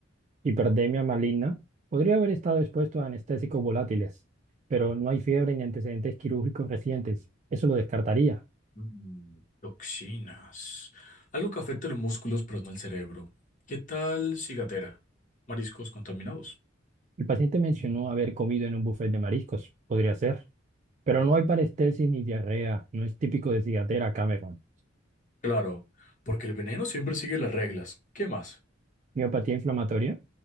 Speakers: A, on the right (about 40°); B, on the left (about 45°).
A: Hipertermia maligna podría haber estado expuesto a anestésicos volátiles, pero no hay fiebre ni antecedentes quirúrgicos recientes. Eso lo descartaría.
B: Mm, Toxinas. Algo que afecta los músculos, pero no el cerebro. ¿Qué tal cigatera? Mariscos contaminados.
A: El paciente mencionó haber comido en un buffet de mariscos. Podría ser. Pero no hay parestesis ni diarrea. No es típico de cigatera, Cameron.
B: Claro, porque el veneno siempre sigue las reglas. ¿Qué más?
A: Miopatía inflamatoria,